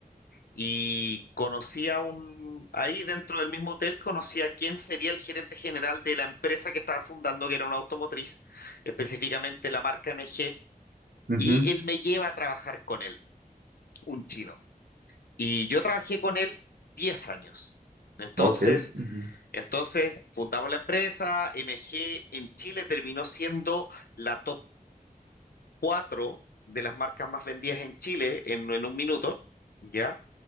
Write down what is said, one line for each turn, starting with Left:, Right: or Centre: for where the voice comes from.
Left: Y conocí a un, ahí dentro del mismo hotel, conocí a quién sería el gerente general de la empresa que estaba fundando, que era una automotriz, específicamente la marca MG,
Right: Ujú,
Left: y él me lleva a trabajar con él, un chino. Y yo trabajé con él 10 años. Entonces,
Right: Ok. ujú.
Left: entonces fundamos la empresa, MG en Chile terminó siendo la top 4 de las marcas más vendidas en Chile en, en un minuto, ¿ya?